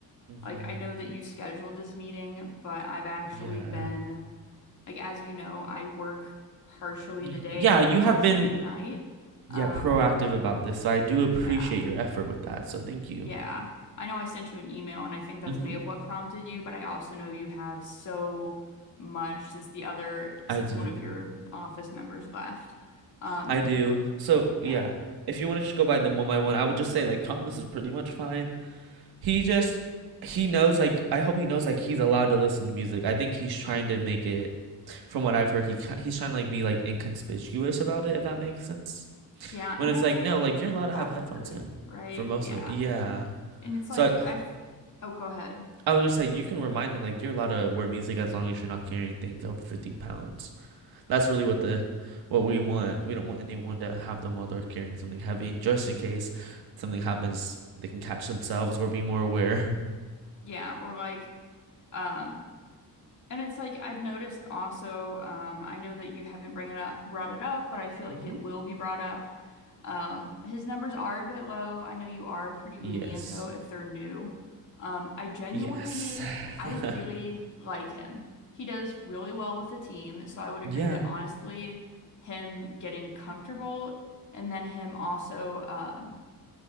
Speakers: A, on the right; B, on the left.
A: hmm
B: like I know that you scheduled this meeting, but I've actually
A: Yeah.
B: been Like as you know, I work partially
A: Y-
B: in the day
A: yeah,
B: and like
A: you
B: partially
A: have been
B: in night.
A: yeah,
B: Um,
A: proactive about this. So I do appreciate
B: yeah.
A: your effort with that. So thank you.
B: Yeah. I know I sent you an email and I think that's
A: hmm
B: may have what prompted you, but I also know you have so much since the other since
A: I do.
B: one of your office members left. Um,
A: I do.
B: but
A: So
B: yeah.
A: yeah, if you want to just go by them one by one, I would just say like Thomas is pretty much fine. He just he knows like I hope he knows like he's allowed to listen to music. I think he's trying to make it from what I've heard he ki- he's trying to like be like inconspicuous about it if that makes sense.
B: Yeah,
A: When
B: and
A: it's
B: that's
A: like
B: like
A: no, like you're allowed to
B: awkward,
A: have headphones in
B: right?
A: for most
B: Yeah.
A: of it. Yeah.
B: And it's
A: So
B: like
A: I,
B: I've oh, go ahead.
A: I was just like, you can remind them like you're allowed to wear music as long as you're not carrying things over fifty pounds. That's really what the what we want. We don't want anyone to have them while they're carrying something heavy, just in case something happens, they can catch themselves or be more aware.
B: Yeah, or like um And it's like I've noticed also, um, I know that you haven't bring it up, brought it up, but I feel
A: <laughs>
B: like
A: hmm
B: it will be brought up. Um, his numbers are a bit low. I know you are pretty
A: Yes.
B: lenient though if they're new. Um, I genuinely,
A: Yes.
B: I
A: <laughs>
B: really like him. He does really well with the team, so I would agree
A: Yeah.
B: that honestly, him getting comfortable and then him also um,